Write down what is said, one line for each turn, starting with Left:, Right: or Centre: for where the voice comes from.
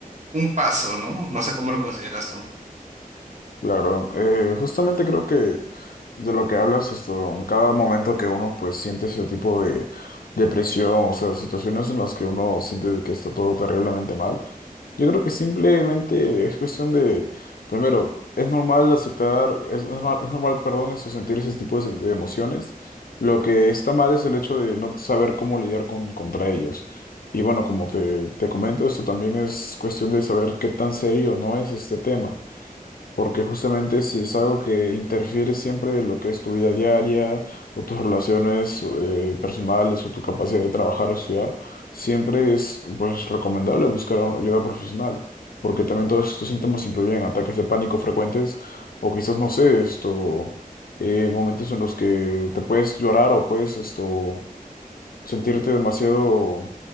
Right: un paso, ¿no? No sé cómo lo consideras tú.
Left: Claro, eh, justamente creo que de lo que hablas, esto, en cada momento que uno pues siente ese tipo de depresión, o sea, situaciones en las que uno siente de que está todo terriblemente mal. Yo creo que simplemente es cuestión de, primero, es normal aceptar, es, es normal, es normal, perdón, eso, sentir ese tipo de, de emociones. Lo que está mal es el hecho de no saber cómo lidiar con, contra ellos. Y bueno, como te, te comento, esto también es cuestión de saber qué tan serio no es este tema. Porque justamente si es algo que interfiere siempre en lo que es tu vida diaria o tus relaciones eh, personales o tu capacidad de trabajar o estudiar, siempre es pues recomendable buscar a- ayuda profesional, porque también todos estos síntomas incluyen ataques de pánico frecuentes o quizás, no sé, esto, eh, momentos en los que te puedes llorar o puedes esto, sentirte demasiado